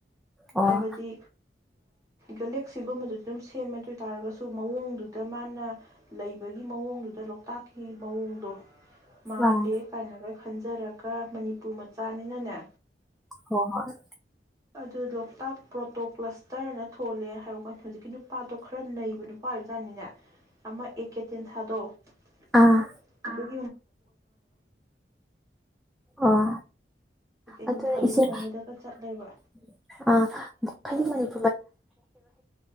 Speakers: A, in the centre; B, on the right (about 20°).
A: ꯑꯣ
B: ꯍꯥꯌꯕꯗꯤ ꯒꯦꯂꯦꯛꯁꯤ ꯒꯨꯝꯕꯗꯣ ꯗꯨꯝ ꯁꯦꯝꯃꯦ ꯑꯗꯣꯏꯇꯔꯒꯁꯨ ꯃꯥꯑꯣꯡꯗꯨꯗ ꯃꯅꯥ ꯂꯩꯕꯒꯤ ꯃꯑꯣꯡꯗꯨꯗ ꯂꯣꯛꯇꯥꯛꯀꯤ ꯃꯑꯣꯡꯗꯣ ꯃꯥꯜꯂꯦ
A: ꯑꯥ
B: ꯀꯥꯏꯅꯒ ꯈꯟꯖꯔꯛ ꯄ ꯃꯅꯤꯄꯨꯔ ꯃꯆꯥꯅꯤꯅꯅꯦ
A: ꯍ‌ꯣ ꯍ‌ꯣꯏ
B: ꯑꯗꯨꯗꯣ ꯂꯣꯛꯇꯥꯛ ꯄꯔꯣꯇꯣꯄꯂꯁ ꯇꯔꯅ ꯊꯣꯜꯂꯦ ꯍꯥꯏꯕ ꯍꯧꯖꯤꯛꯀꯤ ꯅꯨꯄꯥꯗꯣ ꯈꯔꯥ ꯅꯩꯕ ꯅꯨꯄꯥ ꯑꯣꯏꯕꯖꯥꯠꯅꯤꯅꯦ ꯑꯃꯥ ꯑꯦꯀꯦ ꯇꯦꯟꯊꯥꯗꯣ ꯑꯥꯑꯥ
A: ꯑꯥ ꯑꯣ
B: ꯑꯦ ꯀꯦ
A: ꯑꯗꯨꯅ
B: ꯇꯦꯟꯊꯥꯒꯤ
A: ꯏꯆ‌ꯦ
B: ꯂꯨꯍꯣꯡꯕꯗꯒ ꯆꯠꯂꯦꯕ
A: <unintelligible> ꯑꯥ <unintelligible>